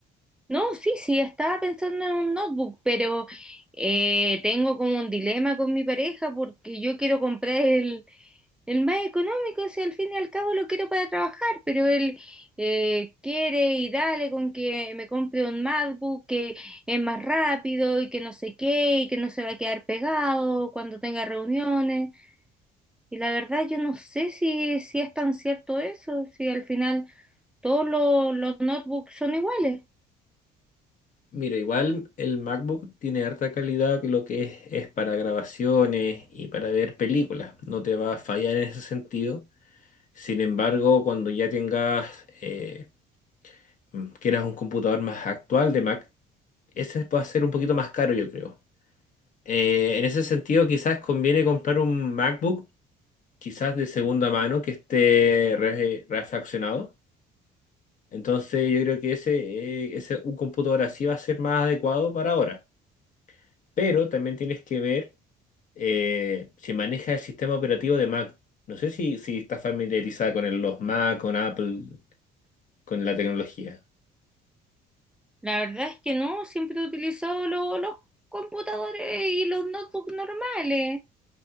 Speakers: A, in the centre; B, on the left (about 50°).
A: No, sí, sí, estaba pensando en un notebook, pero eh, tengo como un dilema con mi pareja porque yo quiero comprar el, el más económico, si al fin y al cabo lo quiero para trabajar, pero él eh, quiere y dale con que me compre un MacBook que es más rápido y que no sé qué y que no se va a quedar pegado cuando tenga reuniones. Y la verdad yo no sé si, si es tan cierto eso, si al final todos los, los notebooks son iguales.
B: Mira, igual el MacBook tiene harta calidad que lo que es, es para grabaciones y para ver películas. No te va a fallar en ese sentido. Sin embargo, cuando ya tengas, eh, mm, quieras un computador más actual de Mac, ese va a ser un poquito más caro, yo creo. Eh, en ese sentido, quizás conviene comprar un MacBook, quizás de segunda mano, que esté re- refaccionado. Entonces, yo creo que ese, eh, ese un computador así va a ser más adecuado para ahora. Pero también tienes que ver eh, si maneja el sistema operativo de Mac. No sé si, si estás familiarizada con el- los Mac, con Apple, con la tecnología.
A: La verdad es que no, siempre he utilizado lo- los computadores y los notebooks normales,